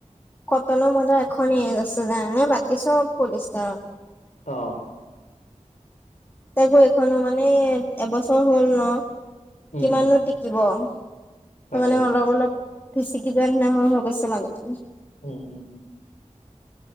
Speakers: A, on the left; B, on the left.
A: কটনৰ মই তাৰ এখনে আছে জানানে? বাকী সব পলিষ্টাৰৰ।
B: অ'।
A: তাকৌ এইখনো মানে এবছৰ হ'ল ন,
B: উম
A: কিমানো টিকিব? ত
B: তাকে
A: মানে অলপ- অলপ ফুচিকি যোৱাৰ নিচিনা হৈ হৈ গৈছে মাজে- মাজে।
B: উ'ম, উ'ম।